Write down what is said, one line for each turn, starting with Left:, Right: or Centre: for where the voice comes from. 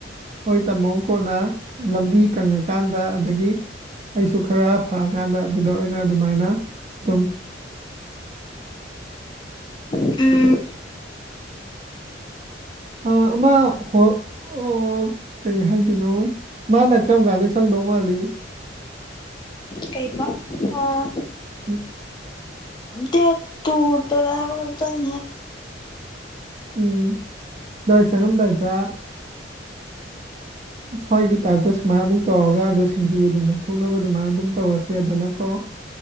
Right: ꯍꯣꯏ ꯇꯥꯝꯃꯣ ꯀꯣꯟꯅ ꯂꯝꯕꯤ ꯀꯪꯉꯀꯥꯟꯗ ꯑꯗꯒꯤ ꯑꯩꯁꯨ ꯈꯔ ꯐꯔꯛꯀꯥꯟꯗ ꯑꯗꯨꯗ ꯑꯣꯏꯅ ꯑꯗꯨꯃꯥꯏꯅ ꯑꯗꯨꯝ
Left: ꯑ
Right: ꯑ ꯑꯃꯝ ꯍ ꯑꯣ ꯀꯔꯤ ꯍꯥꯏꯗꯣꯏꯅꯣ ꯃꯥꯅ ꯀꯔꯝ ꯀꯥꯟꯗ ꯆꯪꯗꯧ ꯃꯥꯜꯂꯤ
Left: ꯀꯩꯕ ꯑꯥ
Right: ꯎꯝ
Left: ꯗꯦꯠ ꯇꯨꯗꯔꯥ ꯍꯥꯏꯕꯔ ꯀꯩꯅꯣꯝ ꯆꯪꯅꯤ
Right: ꯎꯝ ꯅꯣꯏ ꯆꯪꯉꯝꯗꯥꯏꯗ ꯁ꯭ꯋꯥꯏꯒꯤ ꯇꯥꯏꯞꯇ ꯁꯨꯃꯥꯏꯅ ꯑꯃꯨꯛ ꯇꯧꯔꯒ ꯑꯗꯨ ꯁꯤꯡꯖꯨ ꯑꯗꯨꯝ ꯂꯧꯊꯣꯛꯅꯕ ꯑꯗꯨꯃꯥꯏꯅ ꯑꯗꯨꯝ ꯇꯧꯔꯁꯦꯗꯅꯀꯣ